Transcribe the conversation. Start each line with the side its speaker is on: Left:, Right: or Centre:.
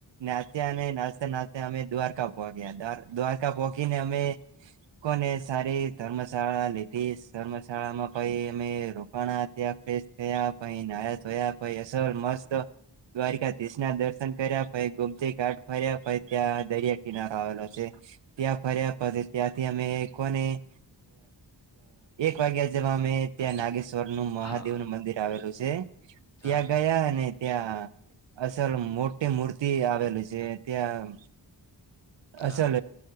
Right: નાચ્યા અને નાચતા નાચતે અમે દ્વારકા પહોં ગયા દ્વારકા દ્વારકા પોહખીને અમે કોને સારી ધર્મશાળા લીધી ધર્મ અમે રોકાણા ત્યા થયા પાઈ નાતયા પ અસ મસ્ત <unintelligible> દ્વારકાધીશ ના દર્શન કર્યા પછી ગુમતી ઘાટ ફર્યા પછી ત્યાં દરિયા કિનારો આવેલો છે ત્યાં ફર્યા પછી ત્યાંથી અમે કો ને વાગ્યા જવા મેમે ત્યાં નાગેશ્વર નું મહાદેવ
Left: હા
Right: નું મંદિર આવેલું છે ત્યાં
Left: હા
Right: ગયા અને ત્યાં અસલ મોટી મૂર્તિ આવેલું છે ત્યાં
Left: હા
Right: અસલ